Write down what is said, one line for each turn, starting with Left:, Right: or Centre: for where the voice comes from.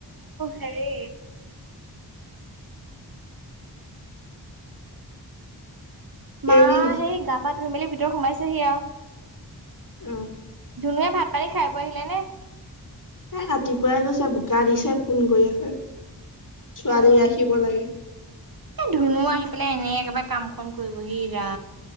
Right: হেৰি মা,
Left: এৰি
Right: সেই গা পা ধুই মেলি ভিতৰত সোমাইছেহি আৰু।
Left: আহ।
Right: ধুনুুৱে ভাত পানী খাই ব আহিলে নে।
Left: এ ৰাতিপুৱাই গৈছ বোকা দিছে ফোন কৰি আছে। ছোৱালী
Right: অ
Left: আহিব লাগে।
Right: এ ধুনু আহি পেলাই এনেই একেবাৰে কামখন কৰিবহি ৰা